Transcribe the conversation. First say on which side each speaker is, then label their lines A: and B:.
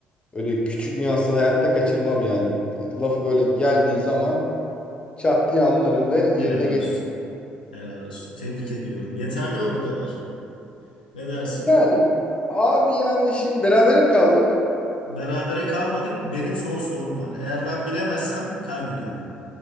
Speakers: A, on the left (about 20°); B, on the left (about 85°).
A: Öyle küçük nüansları hayatta kaçırmam yani. Lafı böyle geldiği zaman çat diye anlarım ve yerine
B: Helal
A: getir.
B: olsun. Helal olsun. Tebrik ediyorum. Yeterli mi bu kadar? Ne dersin?
A: Yani abi yani şimdi berabere mi kaldık?
B: Berabere kalmadık. Benim son sorum var. Eğer ben bilemezsem kaybediyorum.